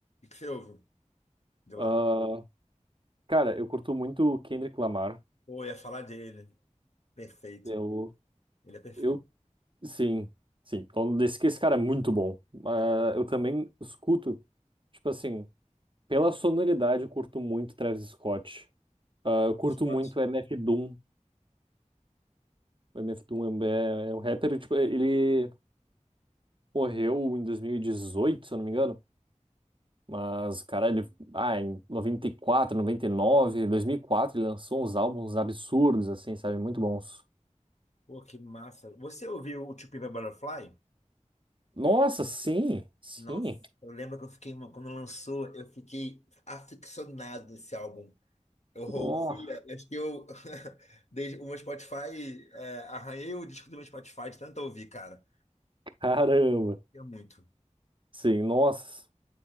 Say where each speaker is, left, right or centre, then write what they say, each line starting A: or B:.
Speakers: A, on the left (about 65°); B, on the right (about 40°).
A: que você ouve de lá?
B: Ah, cara, eu curto muito o Kendrick Lamar.
A: Ou ia falar dele. Perfeito.
B: Eu,
A: Ele é perfeito.
B: eu, sim, sim. Então, esse, esse cara é muito bom. Ah,
A: Ele é muito
B: eu também escuto, tipo assim, pela sonoridade, eu curto muito Travis Scott. Ah, eu
A: muito
B: curto
A: shot.
B: muito MF Doom. O MF Doom é, um- é, é um rapper, tipo, ele morreu em 2018, se eu não me engano. Mas, cara, ele, ah, em 94, 99, 2004, ele lançou uns álbuns absurdos, assim, sabe? Muito bons.
A: Pô, que massa. Você ouviu o Two Pimp a Butterfly?
B: Nossa, sim, sim.
A: Nossa, eu lembro que eu fiquei, uma- quando lançou, eu fiquei aficionado esse álbum. Eu ouvia,
B: Oh,
A: acho que eu, <laughs> desde o meu Spotify, é, arranhei o disco do meu Spotify de tanto ouvir, cara.
B: caramba.
A: É muito.
B: Sim, nossa,